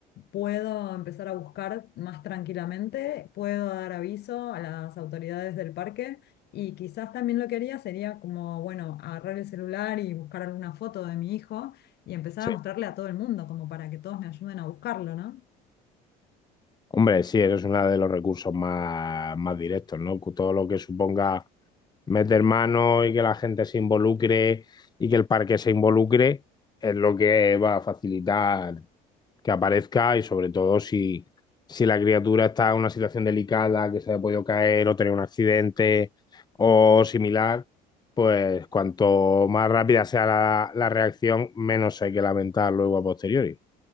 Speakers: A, on the left (about 60°); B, on the left (about 20°).
A: puedo empezar a buscar más tranquilamente, puedo dar aviso a las autoridades del parque y quizás también lo que haría sería como, bueno, agarrar el celular y buscar alguna foto de mi hijo y empezar
B: Sí.
A: a mostrarle a todo el mundo, como para que todos me ayuden a buscarlo, ¿no?
B: Hombre, sí, eso es uno de los recursos más, más directos, ¿no? Todo lo que suponga meter mano y que la gente se involucre y que el parque se involucre es lo que va a facilitar que aparezca y sobre todo si, si la criatura está en una situación delicada, que se haya podido caer o tener un accidente o similar, pues cuanto más rápida sea la, la reacción, menos hay que lamentar luego a posteriori.